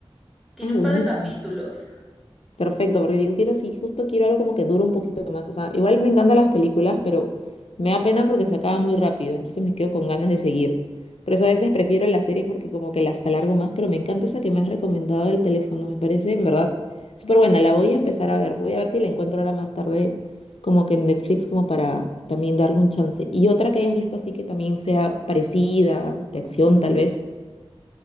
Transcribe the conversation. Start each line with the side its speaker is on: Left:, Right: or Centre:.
Centre: Tiene
Left: Ah, buenísimo.
Centre: un par de capítulos.
Left: Perfecto, porque digo, quiero, sí, justo quiero algo como que dure un poquito más. O sea, igual me encantan las películas, pero me da pena porque se acaba muy rápido, entonces me quedo con ganas de seguir. Por eso a veces prefiero las series porque como que las alargo más, pero me encanta esa que me has recomendado del teléfono, me parece, en verdad, súper buena. La voy a empezar a ver, voy a ver si la encuentro ahora más tarde, como que en Netflix, como para también darle un chance. Y otra que hayas visto así que también sea parecida, de acción tal vez.